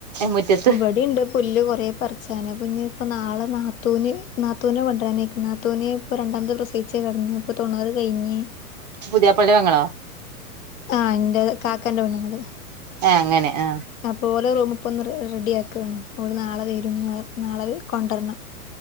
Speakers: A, on the right; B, on the left.
A: മുറ്റത്ത്
B: ഇവിടെയുണ്ട് പുല്ല് കൊറ പറിച്ചന് ഇപ്പം ഇനിയിപ്പംനാളെ നാത്തൂന് നാത്തൂനെ കൊണ്ടരാനായിക്ക്‌ണ് നാത്തൂന് ഇപ്പൊ രണ്ടാമത് പ്രസയിച്ചു കിടന്ന് ഇപ്പൊ തൊണ്ണൂറ് കഴിഞ്ഞ്
A: പുതിയപ്പളെന്റെ പെങ്ങളോ
B: ആ എന്റെ കാക്കാന്റെ പെണ്ണുങ്ങള്
A: ഏ അങ്ങനെ ആ
B: അപ്പോ റൂമ് ഇപ്പൊ ഒന്ന് റെഡി ആക്കാണ് ഓള് നാളെ വരുന്നു പറയ് നാളെ കൊണ്ടുവരണം